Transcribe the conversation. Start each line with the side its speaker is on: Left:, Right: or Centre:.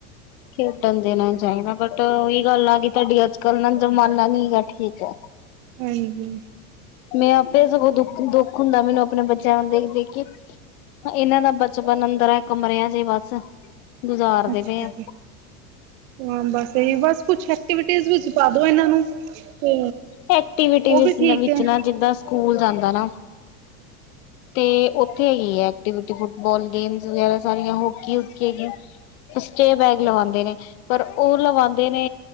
Left: ਖੇਡਣ ਦੇਣਾ ਚਾਹੀਦਾ ਬਟ ਉਹੀ ਗੱਲ ਆ ਗਈ ਤੁਹਾਡੀ ਅੱਜ ਕਲ ਨਾ ਜ਼ਮਾਨਾ ਨ ਹੈ। ਠੀਕ ਹੈ।
Right: ਹਾਂਜੀ।
Left: ਮੈਂ ਆਪੇ ਸਗੋਂ ਦੁੱਖ- ਦੁੱਖ ਹੁੰਦਾ। ਮੈਨੂੰ ਆਪਣੇ ਬੱਚਿਆਂ ਨੂੰ ਦੇਖ- ਦੇਖ ਇਹਨਾਂ ਦਾ ਬਚਪਨ ਅੰਦਰ ਹੈ ਕਮਰਿਆਂ ਜ ਬਸ ਗੁਜ਼ਾਰਦੇ
Right: ਅੱਛਾ
Left: ਪਏ ਆ
Right: ਜੀ। ਹਾਂ, ਬਸ ਤੇ ਬਸ ਕੁਛ ਐਕਟੀਵਿਟੀ ਵਿੱਚ ਪਾ ਦੋ ਇਹਨਾਂ ਨੂੰ ਤੇ
Left: ਐਕਟੀਵਿਟੀ
Right: ਉਹ
Left: ਵਿੱਚ
Right: ਵੀ ਠੀਕ ਹੈ
Left: ਨਾ ਜਿੱਦਾਂ ਸਕੂਲ ਜਾਂਦਾ ਨਾ ਤੇ ਉੱਥੇ ਹੈਗੀ ਹੈ। ਐਕਟੀਵਿਟੀ ਫੁੱਟਬਾਲ ਗੇਮ ਵਗੈਰਾ ਸਾਰੀਆਂ ਹੋਕੀ- ਹਕੀ ਹੈਗੀ ਸਟੇ ਬੈਗ ਲਵਾਉਂਦੇ ਨੇ। ਪਰ ਉਹ ਲਵਾਉਂਦੇ ਨੇ